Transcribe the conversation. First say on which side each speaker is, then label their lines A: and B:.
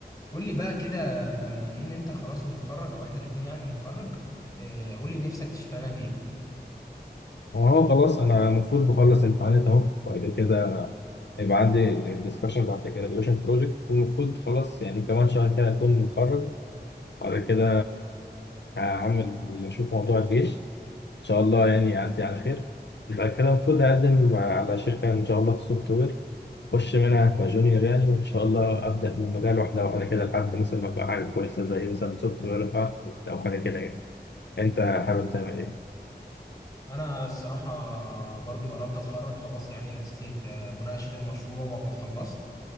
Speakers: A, on the left; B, on the left.
A: قول لي بقى كده بما ان انت خلاص هتتخرج او احنا الاتنين يعني هنتخرج آه، قول لي نفسك تشتغل ايه
B: وهو خلاص انا المفروض بخلص امتحانات اهو وبعد كده هيبقى عندي الدسكشن بعد الجراديويشن بروجكت والمفروض خلاص يعني كمان شهر كده اكون متخرج وبعد كده هعمل اشوف موضوع الجيش ان شاء الله يعني يعدي على خير بعد كده المفروض اقدم على شركه ان شاء الله في السوفت وير اخش منها كجونيور يعني وان شاء الله ابدا من مجال واحده واحده كده لحد مثلا ما ابقى حاجه كويسه زي مثلا سوفت وير او حاجه كده يعني انت حابب تعمل ايه؟
A: انا الصراحة برضو قربت اتخرج خلاص يعني ناقص لي ال- مناقشة المشروع وابقى خلصت